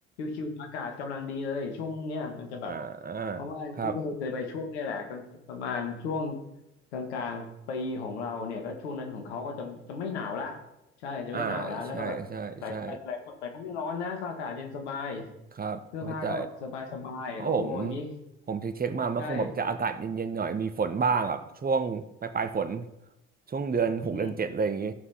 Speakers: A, on the left (about 75°); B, on the right (about 25°).
A: ชิวๆอากาศกำลังดีเลยช่วงเนี้ยมันจะแบบ
B: อ่าครับ
A: เพราะว่าพี่ก็เคยไปช่วงเนี้ยแหละกลางประมาณช่วงกลางๆปีของเราเนี่ยก็ช่วงนั้นของเขาก็จะจะไม่หนาวละใช่จะไม่หนาวละแล้วก็แบบแต่ก็แต่แต่แต่ก็ไม่ร้อนนะก็อากาศเย็นสบาย
B: อ่าใช่ ใช่ ใช่ ครับ
A: เสื้อผ้าก็แบบสบายสบายโอ้อย่างนี้
B: เข้าใจ ผมผมเช็คๆมา มันคงแบบจะอากาศเย็นๆหน่อยมีฝนบ้างอ่ะช่วงปลายๆฝน
A: ใช่
B: ช่วงเดือนหกเดือนเจ็ดอะลยอย่างงี้
A: อืม